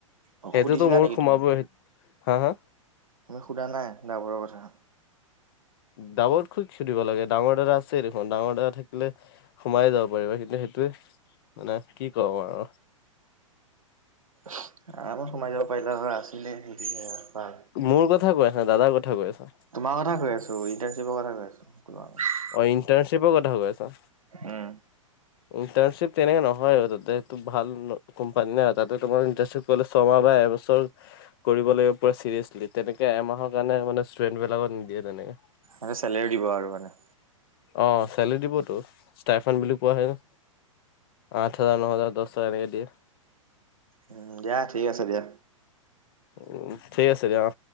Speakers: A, on the right; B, on the left.
A: অ
B: সেইটোতো
A: সুধিছিলা
B: মোৰ
A: নেকি
B: সোমাবই
A: তুমি
B: হা হা।
A: তুমি সোধা নাই ড্ৰাইভাৰৰ কথা।
B: ডাবৰ খুব খি দিব লাগে ডাঙৰ দাদা আছে দেখোন ডাঙৰ দাদা থাকিলে। সোমাইে যাব পাৰিবা কিন্তু সেইটোৱে মানে কি কম আৰু।
A: আৰামত সোমাই যাব পাৰিলা হয় আছিলে সিহঁতি সেয়া।
B: মোৰ কথা কৈ আছো দাদাৰ কথা কৈ আছা।
A: তোমাৰ কথা কৈ আছো ইণ্টাৰ্শ্বিপৰ কথা কৈছো।
B: অঁ ইণ্টাৰ্শ্বিপৰ কথা কৈ আছা।
A: উম
B: ইণ্টাৰ্শ্বিপৰ তেনেকে নহয় অ তাতে ভাল কম্পান না তাতে তোমাৰ ইণ্টাচিপ। ক'লে ছমাহ বা এবছৰ কৰিব লাগিব। পূৰা ছিৰিয়াছলি তেনেকে এমাহৰ কাৰণে মানে ষ্টুডেণ্টিলাক নিদিয়ে তেনেকে।
A: মানে চেলেৰী দিব আৰু মানে।
B: অ চেলেৰি দিবতো ষ্টাইফান বুলি কোৱা হয় ন। আঠ হাজাৰ- ন হাজাৰ -দহ হাজাৰ এনেকে দিয়ে।
A: উম দিয়া ঠিক আছে দিয়া।
B: উ ঠিক আছে দিয়া অ।